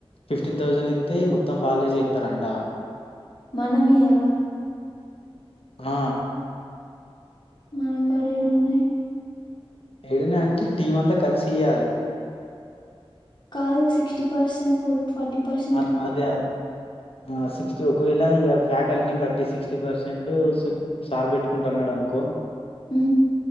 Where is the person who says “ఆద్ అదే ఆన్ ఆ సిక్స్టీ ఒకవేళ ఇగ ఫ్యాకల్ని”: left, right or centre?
Left